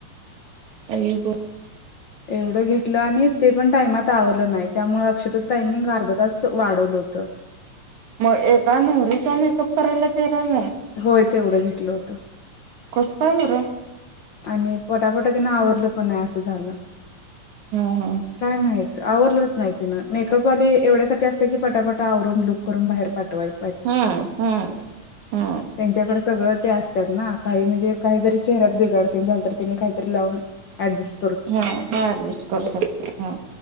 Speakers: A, on the right; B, on the left.
A: आई ग.
B: एवढं घेतलं आणि ते पण टाइमात आवरल नाही, त्यामुळे अक्षताःचं टायमिंग अर्धा तास वाढवलं होतं.
A: मग एका नवरीचा मेकअप करायला तेरा हजार?
B: होय, तेवढं घेतलं होतं.
A: कसं काय बरं?
B: आणि पटापटा तिनं आवरलं पण नाही, असं झालं.
A: हम हम.
B: काय माहित आवरलंच नाही तिनं, मेकअपवाली एवढ्यासाठी ते असं की पटापटा आवरून, लुक करून बाहेर पाठवाल.
A: हम हम् हम्.
B: त्यांच्याकडे सगळं ते असतात ना, काही म्हणजे काहीतरी चेहरात बिघड तेन झालं तर, काहीतरी लावून ऍडजेस्ट
A: हा हा, ऍडजेस्ट करू शकतात. हा.